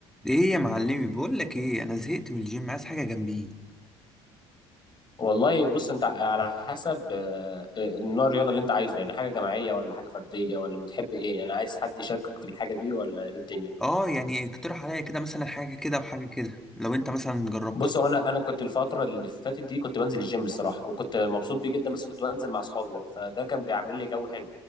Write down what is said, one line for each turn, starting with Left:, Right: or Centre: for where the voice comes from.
Centre: ايه يا معلمي بقول لك ايه انا زهقت من الجيم عايز حاجه جنبي
Left: والله بص انت على حسب آه، آه، نوع الرياضه اللي انت عايزه يعني حاجه جماعيه ولا حاجه فرديه ولا بتحب ايه يعني عايز حد يشاركك في الحاجه دي ولا ايه الدنيا
Centre: اه يعني اقترح عليا كده مثلا حاجه كده وحاجه كده لو انت مثلا جربت
Left: بص هو انا انا كنت الفتره اللي فاتت دي كنت بنزل الجيم الصراحه وكنت مبسوط بيه جدا بس كنت بنزل مع اصحابي بقى فده كان بيعمل لي جو حلو